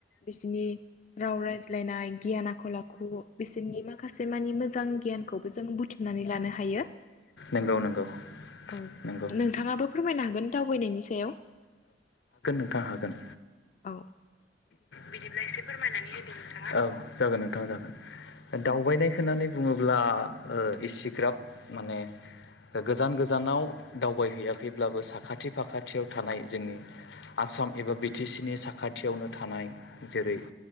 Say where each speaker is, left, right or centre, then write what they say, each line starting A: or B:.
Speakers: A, on the left; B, on the left.
A: बिसिनि राव रायज्लायनाय गियान आखल आखु बिसोरनि माखासे मानि मोजां -खौबो जों बुथुमनानै लानो हायो।
B: नंगौ नंगौ
A: औ
B: नंगौ
A: नोंथाङाबो फोरमायनो हागोन दावबायनायनि सायाव।
B: ओ हागोन ओ
A: औ
B: बिदिब्ला इसे फोरमायनानै होदो नोंथाङा औ जागोन ओ थां जागोन दावबायनाय होननानै बुङोब्ला ओ इसिग्राब माने - गोजान गोजानाव दावबायहैयाखैब्लाबो साखाथि फाखाथियाव थानाय जोंनि आसाम एबा बि टि सि नि साखाथियावनो थानाय जेरै